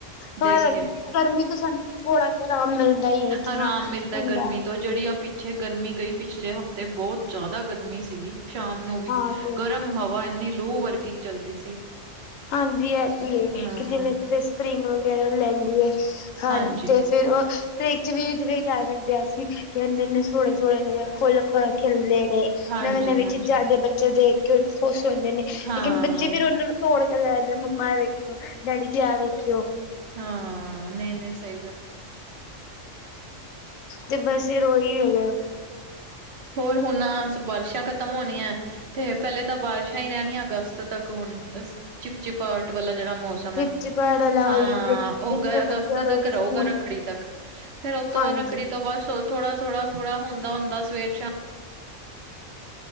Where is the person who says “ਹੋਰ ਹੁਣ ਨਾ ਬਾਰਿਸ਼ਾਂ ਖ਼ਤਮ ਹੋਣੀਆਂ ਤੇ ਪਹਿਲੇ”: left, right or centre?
Right